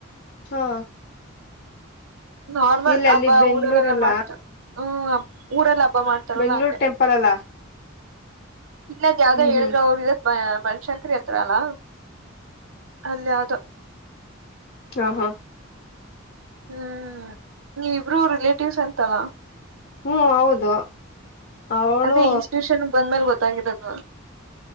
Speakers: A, on the left; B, on the right.
A: ಹಾ
B: ನಾರ್ಮಲ್
A: ಇಲ್ಲ
B: ಹಬ್ಬ
A: ಅಲ್ಲಿ ಬೆಂಗ್ಳೂರಲ್ಲ
B: ಊರಲ್ಲೆಲ್ಲ ಮಾಡ್ತು ಹ್ಮ್ ಊರೆಲ್ಲ ಹಬ್ಬ ಮಾಡ್ತಾರಲ್ಲ
A: ಬೆಂಗ್ಳೂರ್
B: ಹಂಗೆ
A: ಟೆಂಪಲ್ ಅಲ್ಲ
B: ಇಲ್ಲದ್ ಯಾವ್ದೋ
A: ಹ್ಮ್
B: ಹೇಳಿದ್ರ
A: ಹ್ಮ್
B: ಅವರು ಬನ್ಶಂಕರಿ ಹತ್ರ ಅಲ್ಲ ಅಲ್ಲಿ ಯಾವುದ
A: ಹಾ ಹಾ
B: ಹ್ಮ್ ನೀವಿ ಇಬ್ರು ರಿಲೇಟಿವ್ಸ್ ಅಂತಲ್ಲ
A: ಹ್ಮ್ ಹೌದು ಅವಳು
B: ಅದೇ ಇನ್ಸ್ಟಿಟ್ಯೂಷನ್ ಬಂದ ಮೇಲೆ ಗೊತ್ತಾಗಿರದು